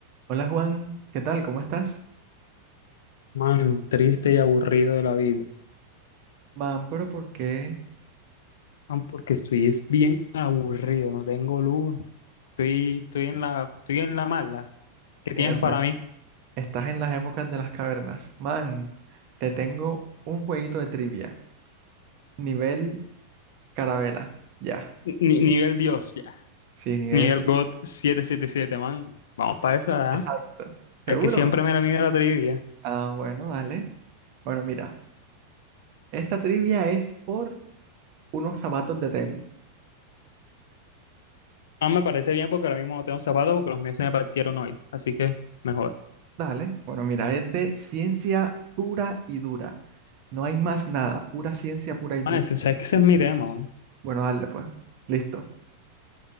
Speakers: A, on the right; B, on the left.
A: Hola Juan, ¿qué tal? ¿Cómo estás?
B: Man, triste y aburrido de la vida.
A: Man, pero ¿por qué
B: Man, porque estoy es bien aburrido, no tengo luz, estoy, estoy en la, estoy en la mala. ¿Qué
A: Erda,
B: tienes para mí?
A: estás en las épocas de las cavernas? Man, te tengo un jueguito de trivia, nivel carabela, ya,
B: Ni- nivel Dios, ya.
A: sí, nivel
B: Nivel God 777, man. Vamos para esa,
A: exacto.
B: ¿ah?
A: ¿Seguro?
B: Es que siempre me la mide la trivia.
A: Ah, bueno, dale. Bueno, mira, esta trivia es por unos zapatos de Temu.
B: Ah, me parece bien porque ahora mismo no tengo zapatos porque los míos se me partieron hoy. Así que mejor.
A: Dale, bueno, mira, es de ciencia pura y dura. No hay más nada, pura ciencia pura y dura.
B: Man, ese, o sea, es que ese es mi tema, man.
A: Bueno, dale pues, listo.